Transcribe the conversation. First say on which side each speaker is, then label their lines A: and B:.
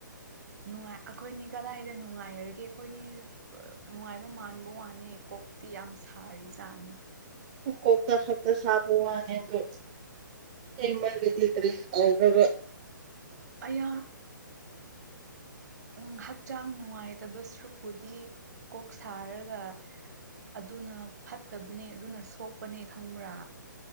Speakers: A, on the right; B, on the right.
A: ꯅꯨꯡꯉꯥꯏ ꯑꯩꯈꯣꯏꯅꯤ ꯀꯗꯥꯏꯗ ꯅꯨꯡꯉꯥꯏꯈꯔꯒꯦ ꯑꯩꯈꯣꯏꯅꯤ ꯅꯨꯡꯉꯥꯏꯕ ꯃꯥꯟꯕ ꯋꯥꯅꯤ ꯀꯣ ꯀꯣꯛꯇꯤ ꯌꯥꯝ ꯁꯥꯔꯤꯖꯥꯠꯅꯤ
B: ꯍ ꯀꯣꯛꯇ ꯈꯛꯇꯛꯇ ꯁꯥꯕ ꯋꯥꯅꯦꯗ ꯁꯤꯃꯒꯗꯤ ꯀꯔꯤꯦ ꯑꯕ
A: ꯑꯩꯅ ꯎꯝ ꯍꯛꯆꯥꯡ ꯅꯨꯡꯉꯥꯏꯇꯕ ꯁꯔꯨꯛꯄꯨꯗꯤ ꯀꯣꯛ ꯁꯥꯔꯒ ꯑꯗꯨꯅ ꯐꯠꯇꯕꯅꯦ ꯑꯗꯨꯅ ꯁꯣꯛꯄꯅꯦ ꯈꯪꯕ꯭ꯔꯥ